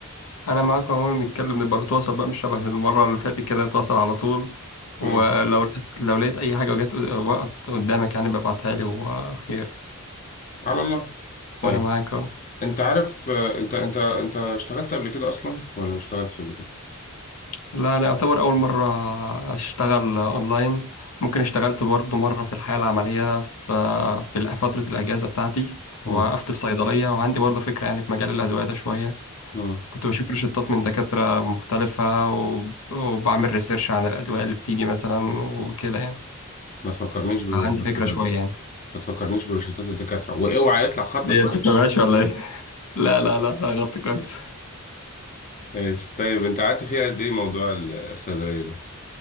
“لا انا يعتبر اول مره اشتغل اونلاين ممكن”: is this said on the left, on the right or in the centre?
Left